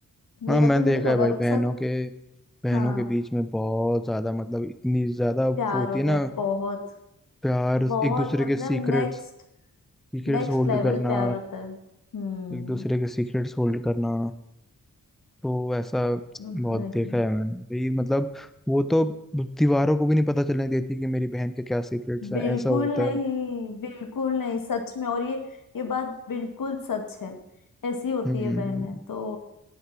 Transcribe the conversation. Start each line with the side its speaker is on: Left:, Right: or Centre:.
Centre: हाँ
Left: मेरा
Centre: मैंने
Left: तो मेरे
Centre: देखा
Left: घर
Centre: है भाई
Left: वालों के
Centre: बहनों
Left: साथ
Centre: के बहनों
Left: हाँ
Centre: के बीच में बहुत ज्यादा मतलब इतनी ज्यादा वो
Left: प्यार
Centre: होती
Left: होता
Centre: है ना
Left: है बहुत
Centre: प्यार
Left: बहुत
Centre: एक दूसरे
Left: मतलब
Centre: के सीक्रेट्स
Left: नेक्स्ट
Centre: सीक्रेट्स
Left: नेक्स्ट
Centre: होल्ड
Left: लेवल
Centre: करना
Left: प्यार होता है हम्म
Centre: एक दूसरे के सीक्रेट्स होल्ड करना तो ऐसा
Left: वही
Centre: बहुत देखा है मैंने भाई मतलब वो तो दीवारों को भी नहीं पता चलने देती कि मेरी बहन के क्या सीक्रेट्स
Left: बिल्कुल
Centre: हैं ऐसा होता
Left: नहीं
Centre: है
Left: बिल्कुल नहीं सच में और ये ये बात बिल्कुल सच है ऐसी होती
Centre: हम्म
Left: है बहनें तो